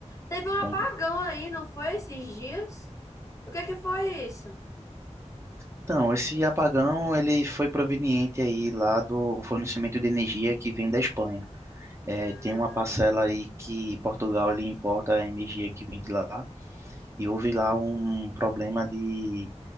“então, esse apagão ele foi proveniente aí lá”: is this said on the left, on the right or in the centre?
Right